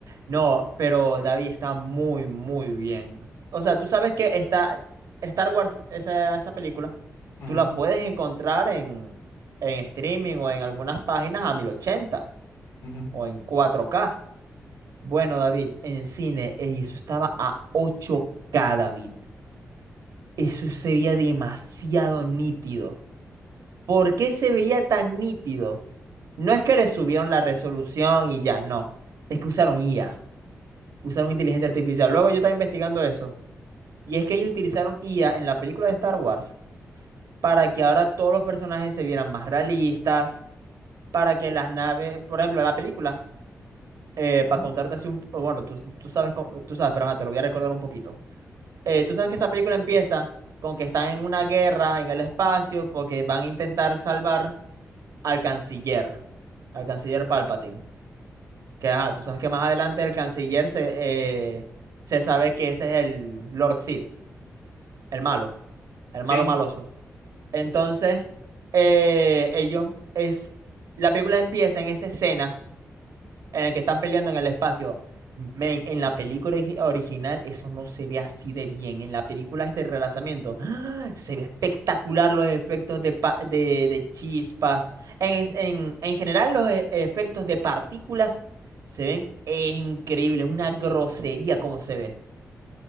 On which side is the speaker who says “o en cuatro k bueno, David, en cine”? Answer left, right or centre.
Right